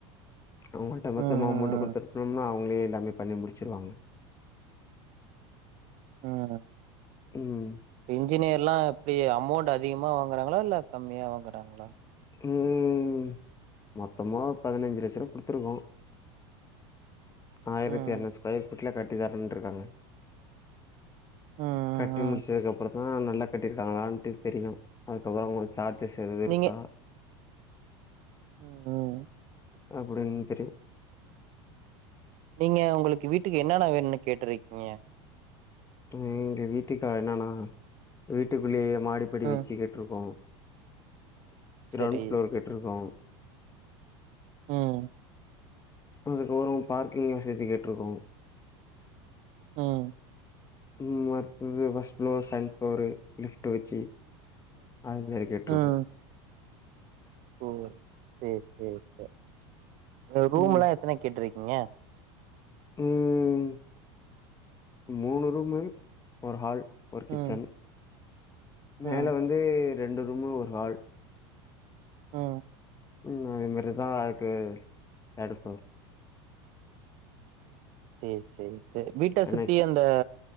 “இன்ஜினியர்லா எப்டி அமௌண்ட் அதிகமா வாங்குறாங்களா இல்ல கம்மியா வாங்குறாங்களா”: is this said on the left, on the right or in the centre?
Right